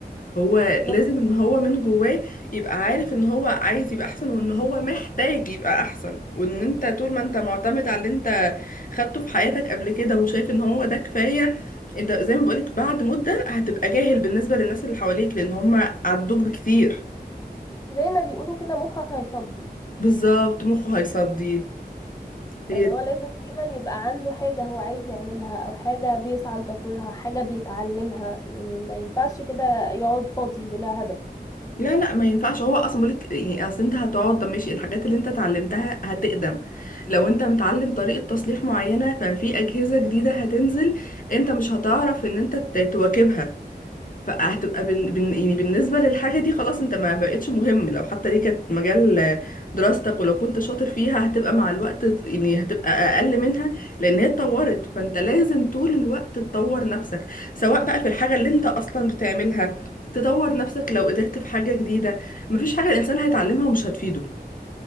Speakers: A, on the left; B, on the left.
A: هو
B: بالظبط
A: لازم ان هو من جواه يبقى عارف ان هو عايز يبقى احسن وان هو محتاج يبقى احسن وان انت طول ما انت معتمد على اللي انت خدته في حياتك قبل كده وشايف ان هو ده كفاية انت زي ما بقولك بعد مدة هتبقى جاهل بالنسبة للناس اللي حواليك لان هم عدوك بكتير
B: زي ما بيقولوا كده مخك هيصدي
A: بالظبط مخه هيصدي هي
B: فاللي هو لازم دايما يبقى عنده حاجة هو عايز يعملها أو حاجة بيسعى لتطويرها حاجة بيتعلمها يعني ما ينفعش كده يقعد فاضي بلا هدف
A: لا لا ما ينفعش هو اصلا بقولك يعني اصل انت هتقعد طب ماشي الحاجات اللي انت اتعلمتها هتقدم لو انت متعلم طريقة تصليح معينة ففي اجهزة جديدة هتنزل انت مش هتعرف ان انت ت- تواكبها فهتبقى بن... بن... يعني بالنسبة للحاجة دي خلاص انت ما بقتش مهم لو حتى دي كانت مجال دراستك ولو كنت شاطر فيها هتبقى مع الوقت يعني هتبقى أقل منها لأن هي اتطورت فانت لازم طول الوقت تطور نفسك سواء بقى في الحاجة اللي انت أصلا بتعملها تطور نفسك لو قدرت في حاجة جديدة مفيش حاجة الإنسان هيتعلمها ومش هتفيده